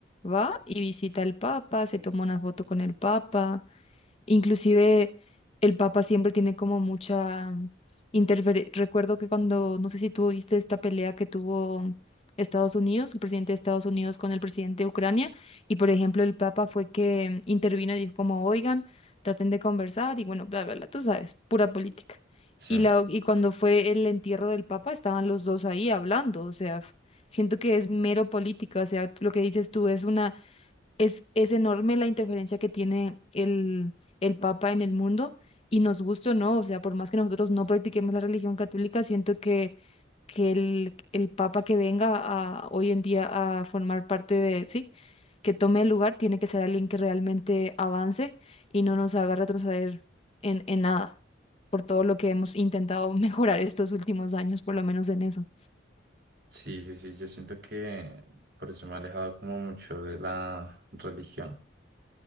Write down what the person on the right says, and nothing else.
Sí,
sí, sí, sí, yo siento que por eso me he alejado como mucho de la religión.